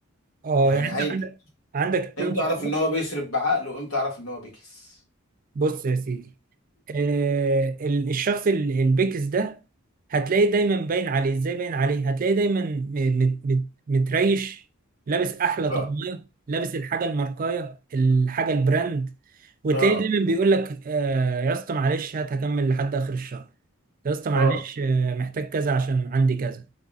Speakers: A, on the right; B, on the left.
A: اه
B: يعني
A: يعني
B: عين
A: انت عندك عندك اتنين
B: امتى
A: سكر
B: اعرف ان هو بيصرف بعقله وامتى اعرف ان هو بيكس
A: بص يا سيدي آه ال- الشخص ال- البكس ده هتلاقيه دايما باين عليه ازاي باين عليه هتلاقيه دايما م- مت مت متريش لابس احلى
B: اه
A: طقمية لابس الحاجة الماركاية الحاجة البراند وتلاقيه
B: اه
A: دايما بيقول لك آه يا اسطى معلش هات هكمل لحد اخر الشهر يا اسطى معلش
B: اه
A: آه محتاج كذا عشان عندي كذا